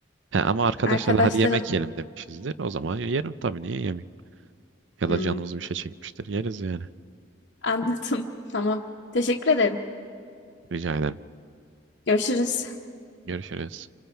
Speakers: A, on the right; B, on the left.
A: He, ama arkadaşlarla
B: Arkadaşların.
A: hadi yemek yiyelim demişizdir. O zaman yerim tabii niye yemeyeyim? Ya
B: Hmm,
A: da canımız bir şey çekmiştir. Yeriz yani.
B: anladım. <laughs> Tamam. Teşekkür ederim.
A: Rica ederim.
B: Görüşürüz.
A: Görüşürüz.